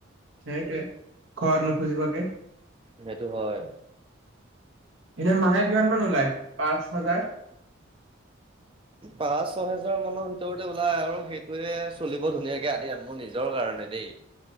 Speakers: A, on the right; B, on the right.
A: সেইটোয়ে, ঘৰত নুখোজিব কে।
B: সেইটো হয়।
A: এনে মাহে কিমান মান ওলায়, পাঁচ হাজাৰ?
B: পাঁচ, ছহেজাৰ মানৰ ভিতৰতে ওলাই আৰু সেইটোয়ে চলিব ধুনীয়াকে আদিয় মোৰ নিজৰ কাৰণে দেই।